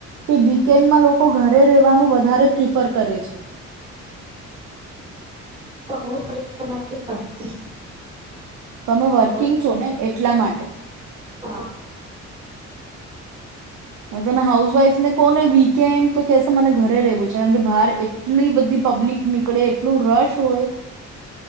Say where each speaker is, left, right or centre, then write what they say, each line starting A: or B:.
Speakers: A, on the right; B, on the right.
A: કે વીકેન્ડમાં લોકો ઘરે રવાનું વધારે પ્રિફર કરે છે
B: બહુ પ્રશ્નાથી કરતી
A: તમે વર્કિંગ
B: જઉં
A: છો
B: છું
A: ને એટલા માટે
B: હા
A: હમે હાઉસવાઈફ ને કોને વીકેન્ડ તો કેશ મને ઘરે રહેવું છે કારણ કે બાર એટલી બધી પબ્લિક નીકળે નું રસ હોય